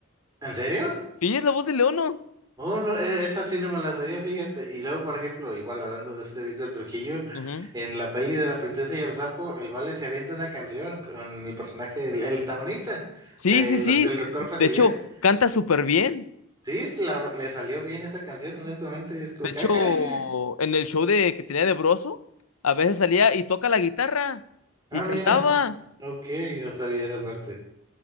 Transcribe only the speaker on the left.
Sí, es la voz de Leono.
Ujú.
Sí,
sí, sí.
De
hecho, canta súper bien.
De
hecho,
en el show de que tenía de Broso, a veces salía y toca la guitarra
y cantaba.